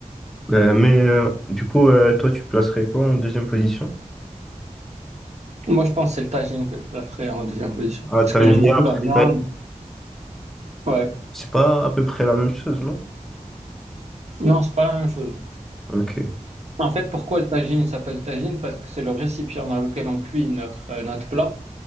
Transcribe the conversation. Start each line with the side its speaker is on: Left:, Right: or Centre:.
Centre: euh, mais euh, du coup, euh, toi, tu placerais quoi en deuxième position?
Right: Moi, je pense que c'est le tagine que je placerais en deuxième position.
Centre: Ah,
Right: Parce
Centre: Tangier,
Right: que j'aime beaucoup
Centre: après,
Right: la viande.
Centre: Thaï-
Right: Ouais.
Centre: c'est pas à peu près la même chose, non?
Right: Non, c'est pas la même chose.
Centre: Ok.
Right: En fait, pourquoi le tagine s'appelle tagine? Parce que c'est le récipient dans lequel on cuit notre, euh, notre plat.